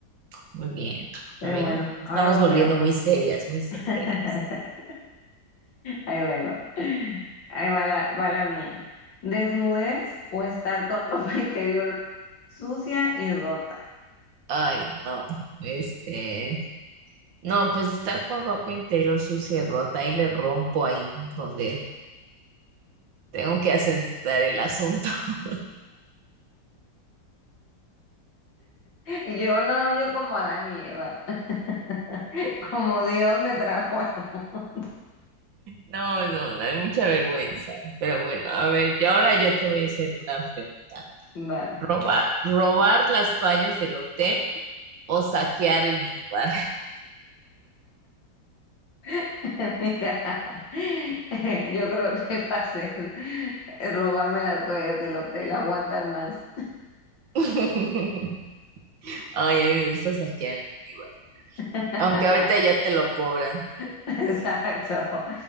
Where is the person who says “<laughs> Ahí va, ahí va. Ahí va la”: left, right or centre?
Left